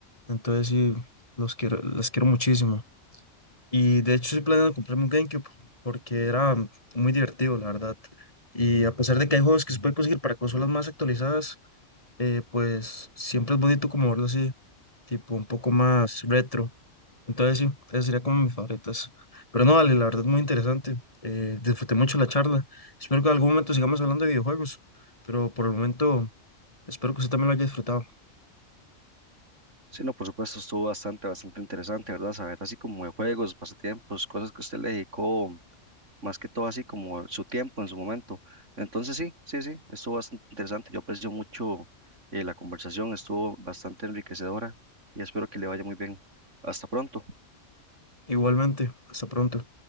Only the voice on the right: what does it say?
Sí, no, por supuesto, estuvo bastante, bastante interesante, ¿verdad? Saber así como de juegos, pasatiempos, cosas que usted le dedicó más que todo así como su tiempo en su momento. Entonces sí, sí, sí, estuvo bastante interesante. Yo aprecio mucho eh, la conversación, estuvo bastante enriquecedora y espero que le vaya muy bien. Hasta pronto.